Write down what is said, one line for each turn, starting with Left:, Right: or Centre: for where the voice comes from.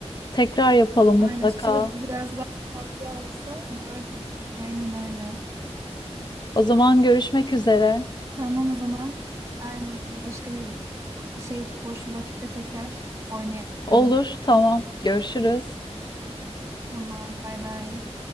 Left: Tekrar yapalım
Right: Aynen
Left: mutlaka.
Right: şurada biraz daha fazla olsa daha güzel. Aynen öyle.
Left: O zaman görüşmek üzere.
Right: Tamam o zaman. Aynen başka bir şey boş bir vakitte tekrar oynayalım.
Left: Olur, tamam. Görüşürüz.
Right: Tamam bay bay.